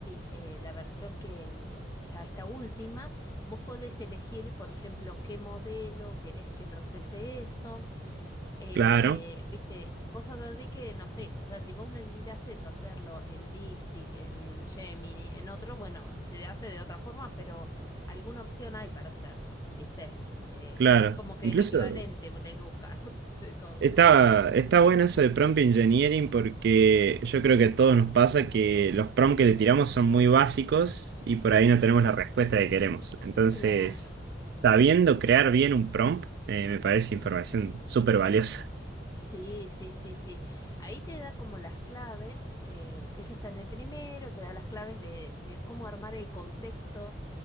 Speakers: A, on the left; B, on the right.
A: eh, la versión que mm, ya está última, vos podés elegir, por ejemplo, qué modelo querés que procese eso. Eh,
B: Claro,
A: viste, cosas así que no sé. O sea, si vos necesitas eso, hacerlo en DeepSeek, en Gemini, en otro, bueno, se hace de otra forma, pero alguna opción hay para hacerlo, ¿viste? Eh,
B: claro.
A: es como que
B: Incluso
A: el equivalente vos tenés que buscar <laughs> de todo.
B: Está, está bueno eso de prompt engineering porque yo creo que a todos nos pasa que los prompts que le tiramos son muy básicos y por ahí no tenemos la respuesta que queremos. Entonces,
A: Claro.
B: sabiendo crear bien un prompt, eh, me parece información súper valiosa.
A: Sí, sí, sí, sí. Ahí te da como las claves, eh, ellos están en el primero, te da las claves de, de cómo armar el contexto